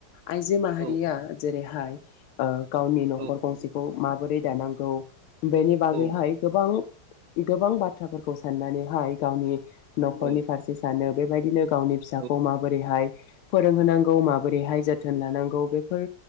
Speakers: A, on the left (about 80°); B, on the right (about 65°).
A: आइजो माहारिया
B: औ
A: जेरैहाय आ गावनि
B: औ
A: नखर गंसेखौ माबोरै दानांगौ बेनि बागैहाय
B: औ
A: गोबां गोबां बाथ्राफोरखौ साननानै हाय गावनि न'खरनि
B: औ
A: सानो बेबायदिनो गावनि फिसाखौ
B: औ
A: माबोरैहाय फोरोंहोनांगौ माबोरैहाय जोथोन लानां औ बेफोर